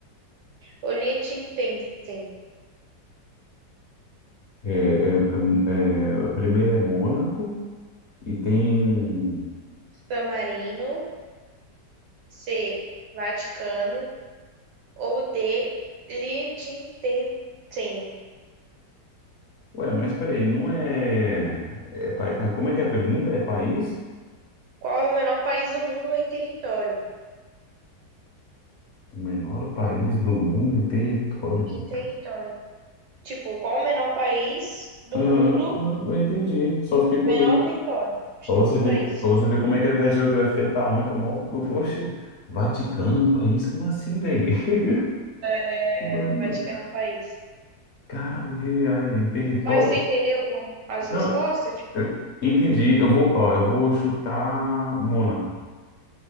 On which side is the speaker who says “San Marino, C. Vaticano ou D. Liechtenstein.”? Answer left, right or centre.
Right